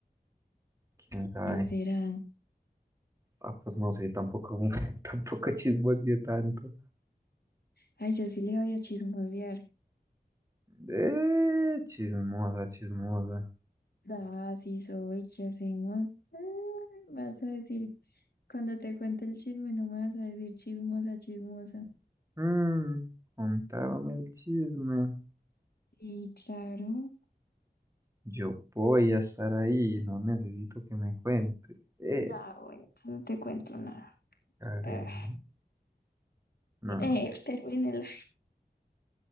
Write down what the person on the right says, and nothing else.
quién sabe.
Ah, pues no sé, tampoco, <laughs> tampoco chismoseé tanto.
Eh, chismosa, chismosa.
Mm, contaron el chisme.
Yo voy a estar ahí, no necesito que me cuente. Eh,
Karen,
no, no, <laughs> no.